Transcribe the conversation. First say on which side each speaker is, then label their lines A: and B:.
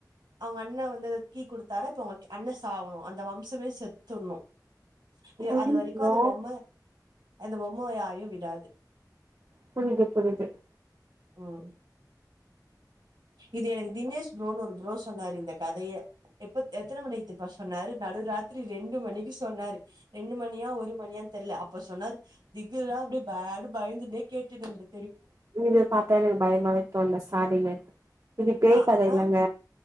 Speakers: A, on the right; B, on the right.
A: அவங்க அண்ண வந்து அத கீ குடுத்தார இப்ப அவங்களுக்கு அண்ண சாகணும் அந்த வம்சமே செத்துட்ணு இ
B: ஐயயோ
A: அது வரைக்கு அந்த பொம்ம அந்த பொம்மயாரயு விடாது
B: புருஞ்சது புருஞ்சது
A: உம்ஹ் இது எனக்கு தினேஷ் ப்ரோன்னு ஒரு பு்ரோ சொன்னாரு இந்த கதைய எப்ப எத்தன மணிக்குப்ப சொன்னாரு நடு ராத்திரி ரெண்டு மணிக்கு சொன்னாரு ரெண்டு மணியா ஒரு மணியான்னு தெர்ல அப்ப சொன்னாரு திகிலா அப்டியே பேன்னு பயந்துன்னே கேட்டுட்டு இருந்த
B: இவிங்ல பாத்தாலே எனக்கு பயமாவே தோண்ல சாரிங்க இது பேய்
A: அ
B: கத இல்லங்க
A: அ